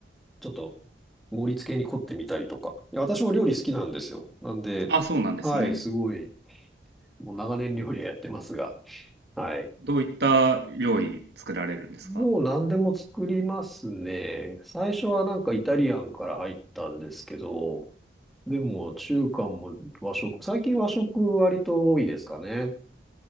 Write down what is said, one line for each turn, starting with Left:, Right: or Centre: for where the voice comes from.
Centre: ちょっと、盛り付けに凝ってみたりとか。いや、私も料理好きなんですよ。なんで、
Right: あ、そうなんですね。
Centre: はい、すごい、もう長年料理はやってますが、はい。
Right: どういった料理作られるんですか
Centre: もう何でも作りますね。最初はなんかイタリアンから入ったんですけど、でも中華も和食、最近和食割と多いですかね。